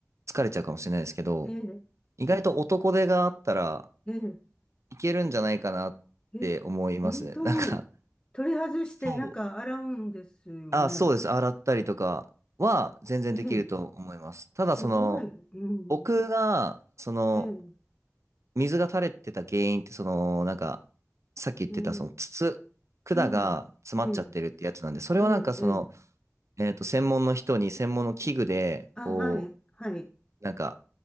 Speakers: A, on the right; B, on the left.
A: 疲れちゃうかもしれないですけど、
B: ええ、
A: 意外と男手があったら
B: ええ。
A: いけるんじゃないかなって思いますね。
B: え、本当に
A: なんか、
B: 取り外して中洗うんですよね。
A: そう。あ、そうです。洗ったりとかは全然できると思います。
B: ええ、
A: ただ、
B: すごい。
A: その、
B: うん。
A: 僕が、その、
B: ええ、
A: 水が垂れてた原因って、その、なんか、さっき言ってた、
B: うん。
A: その、筒、管が詰まっちゃってるってやつなんで、
B: うん。ええ、
A: それはなんか、
B: ええ、
A: その、
B: ええ。
A: えっと、専門の人に専門の器具で、
B: あ、
A: こ
B: はい、はい。
A: う、なんか、